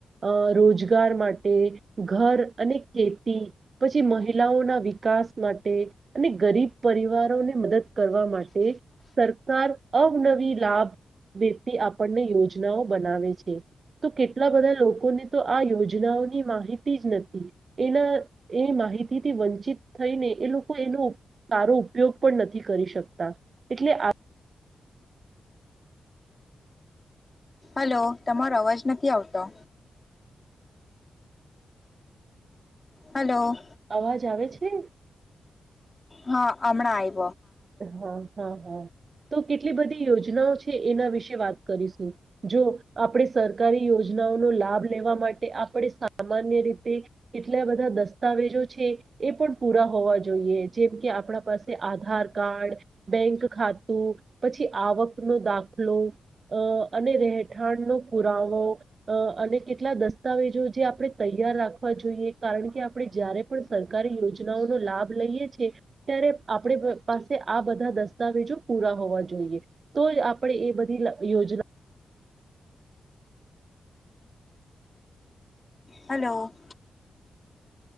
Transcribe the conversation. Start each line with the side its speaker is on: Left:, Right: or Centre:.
Right: અ રોજગાર માટે ઘર અને ખેતી, પછી મહિલાઓના વિકાસ માટે, અને ગરીબ પરિવારોને મદદ કરવા માટે, સરકાર અવનવી લાભ વ્યક્તિ આપણને યોજનાઓ બનાવે છે. તો કેટલા બધા લોકોને તો આ યોજનાઓ માહિતી જ નથી, એના એ માહિતીથી વંચિત થઈને એ લોકો એનો સારો ઉપયોગ પણ નથી કરી શકતા, એટલે આ
Left: હલો તમારો અવાજ નથી આવતો. હલો.
Right: અવાજ આવે છે?
Left: હા હમણાં આ
Right: હા હા હા, તો કેટલી બધી યોજનાઓ છે. એના વિશે વાત કરીશું, જો આપણે સરકારી યોજનાઓનોો લાભ લેવા માટે આપણે સામાન્ય રીતે, કેટલા બધા દસ્તાવેજો છે એ પણ પૂરા હોવા જોઈએ. જેમ કે આપણા પાસે આધાર કાર્ડ, બેંક ખાતું, પછી આવક ન દાખલો. અ અને રહેઠાણનો પુરાવો, અને કેટલા દસ્તાવેજો જે આપણે તૈ યા રાખવા જોઈએ કારણ કે આપણે જયારે પણ સરકારી યોજનાઓનો લાભ લઈએ છી ત્યારે આપણે પ-પાસે આ બધા દસ્તાવેજો પૂરા હોવા જોઈએ. તોય આપણે એ બધી અહ યોજના
Left: હલો.